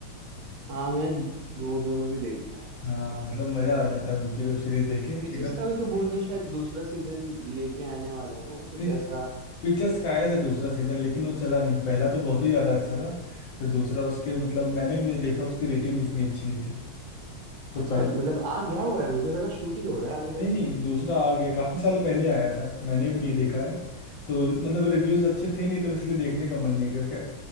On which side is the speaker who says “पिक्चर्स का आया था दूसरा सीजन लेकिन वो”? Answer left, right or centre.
Left